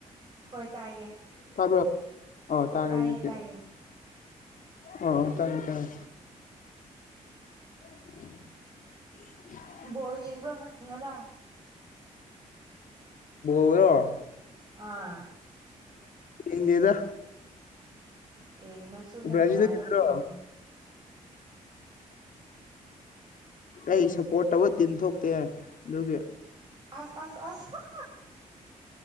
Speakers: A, on the right; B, on the left.
A: ꯍꯣꯏ ꯇꯥꯏꯌꯦ
B: ꯇꯥꯕꯔꯣ ꯑ ꯑꯣ ꯇꯥꯔꯦ
A: ꯇꯥꯏꯌꯦ
B: ꯍꯧꯖꯤꯛꯇꯤ
A: ꯇꯥꯏꯌꯦ
B: ꯑ ꯇꯥꯔꯦ ꯇꯥꯔꯦ <inaudible>
A: ꯕꯣꯜ ꯌꯦꯡꯕ꯭ꯔꯣ ꯉꯔꯥꯡ
B: ꯎꯔꯣ <unintelligible>
A: ꯑꯥ
B: ꯌꯦꯡꯗꯦꯗꯥ
A: ꯀꯩ ꯁꯨꯛ ꯌꯥꯝ
B: ꯕ꯭ꯔꯥꯖꯤꯜꯒꯤꯗꯣ
A: ꯅꯨꯉꯥꯏ ꯕ ꯕꯥꯜ ꯕꯨ
B: ꯑꯩ ꯁꯞꯄꯣꯔꯠ ꯇꯧꯕ ꯇꯤꯟ ꯊꯣꯛꯇꯦ ꯑꯗꯨꯒꯤ
A: ꯑꯁ ꯑꯁ ꯑꯁ ꯍꯥ ꯍꯥ